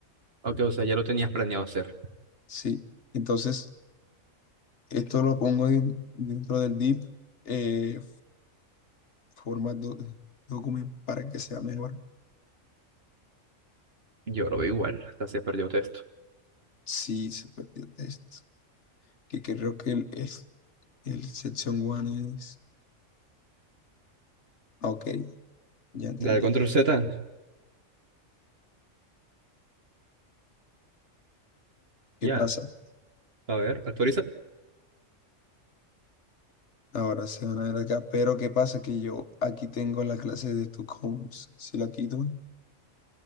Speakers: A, on the right; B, on the left.
A: Ok, o sea, ya lo tenías planeado hacer.
B: Sí. Entonces, esto lo pongo en- dentro del div, eh, forma do- document para que sea mejor.
A: Yo lo veo igual, hasta se perdió texto.
B: Sí, se perdió el texto. Que creo que el, es, el section one es... Ok, ya entendí.
A: Dale control Z.
B: ¿Qué
A: Ya,
B: pasa?
A: a ver, actualiza.
B: Ahora se van a ver acá. Pero ¿qué pasa? Que yo aquí tengo la clase de Stockholm. Si la quito,